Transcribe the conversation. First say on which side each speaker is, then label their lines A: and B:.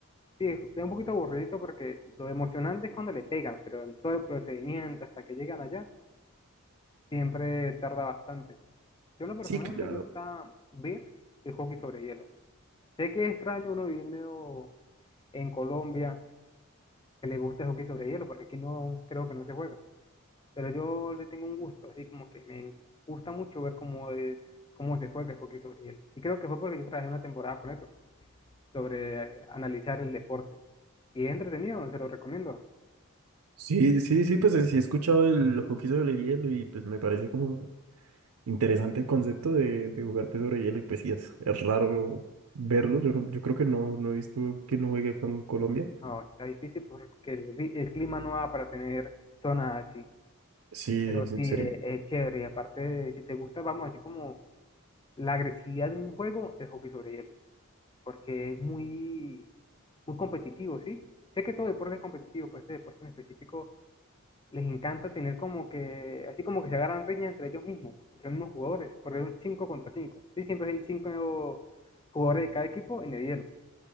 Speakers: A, on the left; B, on the right.
A: Sí, es un poquito aburridito porque lo emocionante es cuando le pegan, pero en todo el procedimiento hasta que llegan allá, siempre tarda bastante. Yo en lo personal
B: Sí, claro.
A: me gusta ver el hockey sobre hielo. Sé que es extraño uno viviendo en Colombia que le gusta el hockey sobre hielo, porque aquí no creo que no se juega. Pero yo le tengo un gusto, así como que me gusta mucho ver cómo es, cómo se juega el hockey sobre hielo. Y creo que fue porque yo trabajé una temporada con eso, sobre eh, analizar el deporte. Y es entretenido, se lo recomiendo.
B: Sí, sí, sí, pues sí he escuchado el, los que hizo de hielo y pues me parece como Interesante el concepto de, de jugar pues sobre hielo y pues sí, es, es raro verlo. Yo, no- yo creo que no, no he visto quién no juegue con Colombia.
A: No, está difícil porque el, ri- el clima no va para tener zonas así.
B: Sí,
A: Pero sí,
B: sí,
A: eh,
B: sería.
A: es chévere. Y aparte, si te gusta, vamos, así como la agresividad en un juego, el hockey sobre hielo. Porque es muy, muy competitivo, ¿sí? Sé que todo deporte es competitivo, pero este deporte en específico les encanta tener como que, así como que se agarran riñas entre ellos mismos, entre los mismos jugadores, porque es un 5 contra cinco Sí, siempre hay 5 jugadores de cada equipo en el hielo.